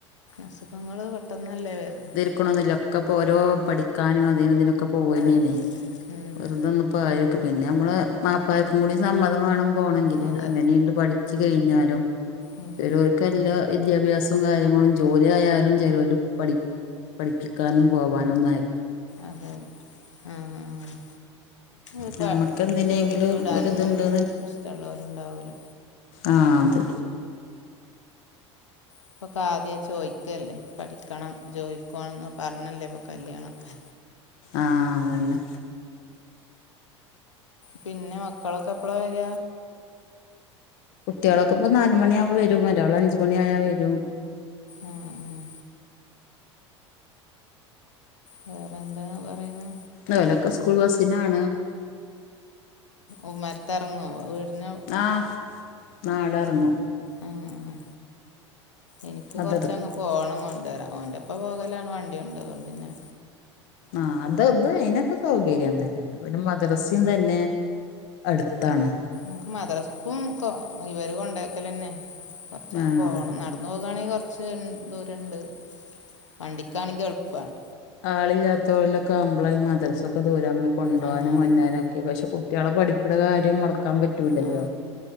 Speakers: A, on the left; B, on the left.
A: അസുഖങ്ങള് പെട്ടെന്നല്ലേ വരുന്നു
B: ില്ല ഒക്കെപ്പോൊ ഓരോ പഠിക്കാനും അതിനും ഇതിനും ക്കെ പോവന്നെയണ
A: അതെ ഉം.
B: വെറുതെന്ന പായക്ക പിന്നെ നമ്മള് മാപ്പളാർക്കും കൂടി സമ്മതം വേണം പോണങ്കില്
A: അതെ
B: അങ്ങനെയുണ്ട് പഠി വ കഴിഞ്ഞാലും
A: ഉം.
B: ചിലോർക്ക് എല്ലാ വിദ്യാഭ്യാസവും കാര്യങ്ങളും ജോലിയ ആയാലും ജലോലി പഠി പഠിപ്പിക്കാനും പോവാനൊന്നയ
A: അതെ ആഹ് ആഹ് അത്പ്പ
B: നമുക്ക് എന്തിനെങ്കിലും
A: ജോലിക്ക് ഇടാനൊന്നും
B: ഒരു ഇതുണ്ട്
A: ഇഷ്ടമുള്ളലും ഉണ്ടാവില്ല
B: ആഹ് അത്
A: ഇപ്പൊ കാ ആദ്യെ ചോയ്ക്കല്ലേ പഠിക്കണം ജോലിക്കണംന്ന് പറഞ്ഞല്ലേ ഇപ്പൊ കല്യാണമൊക്കെ
B: ആഹ് തന്നെ
A: പിന്നെ മക്കളൊക്കെ എപ്പളാ വര
B: കുട്ടികളൊക്കെ ഇപ്പൊ നാലുമണിയ ആവുമ്പോ വരും ഒരാൾ അഞ്ച മണി ആയാ വരും
A: ആഹ് ആഹ് വേറെ എന്താന്ന പറയുന്ന
B: നലൊക്കെ സ്കൂൾ ബസ്സിനാണ്
A: ഉമ്മരത്തിറങ്ങോ വീടിന
B: ആഹ് നാ അടറങ്ങ
A: ഉം ഉം എനിക്ക്
B: അതർ
A: കൊറച്ചങ് പോകണം കൊണ്ട വരാം ഓന്റെപ്പോ പോകലാണ് വണ്ടി കൊണ്ട് അതുണ്ട്ന്നെ
B: ആഹ് അതെത് അയ്നൊക്കെ സൗകര്യം തന്നെയാണ് പിന്നെ മദ്രസയും തന്നെ അടുത്താണ്
A: മുക്ക് മദ്രാസ്‌ക്കും കൊ ഇവര് കൊണ്ടാക്കലന്നെ കൊർച്ചങ്ങ്
B: ആഹ്
A: പോകണം നടന്നു പോകയാണെങ്കി കൊർ ച്ച് ദൂരണ്ട് വണ്ടിക്കാണെങ്കി എളുപ്പാണ്
B: ആളില്ലാത്തോലൊക്കെ ആവുമ്പളെ മദ്രസൊ ഒക്കെ ദൂരം ഞമ്മൾ കൊണ്ടവാനും
A: ആ അതന്നെ
B: കൊണ്ടരാനും ഒക്കെ പക്ഷെ കുട്ടികളെ പഠിക്ക്‌ണെ കാര്യം മുടക്കാൻ പറ്റൂലല്ലോ
A: ആ